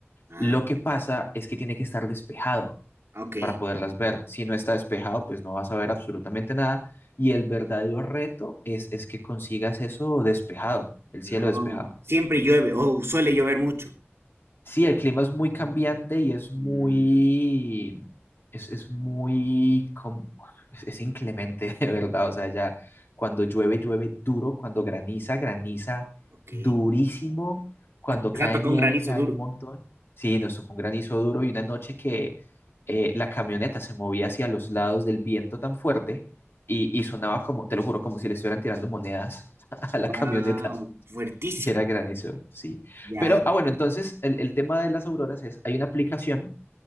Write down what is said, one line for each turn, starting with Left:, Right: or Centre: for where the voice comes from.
Right: Ah,
Left: Lo que pasa es que tiene que estar despejado
Right: ok.
Left: para poderlas ver. Si no está despejado, pues no vas a ver absolutamente nada. Y el verdadero reto es, es que consigas eso despejado, el
Right: No.
Left: cielo despejado.
Right: Siempre llueve, o suele llover mucho.
Left: Sí, el clima es muy cambiante y es muy,
Right: Mm,
Left: es, es muy, com- es, es inclemente, <laughs> de verdad. O sea, ya cuando llueve, llueve duro, cuando graniza, graniza
Right: ok.
Left: durísimo, cuando
Right: Les
Left: cae
Right: ha tocado
Left: nieve,
Right: un granizo
Left: cae
Right: duro.
Left: un montón. Sí, nos tocó un granizo duro y una noche que eh, la camioneta se movía hacia los lados del viento tan fuerte y, y sonaba como, te lo juro, como si le estuvieran tirando monedas <laughs> a
Right: Wow,
Left: la camioneta.
Right: fuertísimo.
Left: Y era granizo, sí.
Right: Ya.
Left: Pero, ah, bueno, entonces el, el tema de las auroras es, hay una aplicación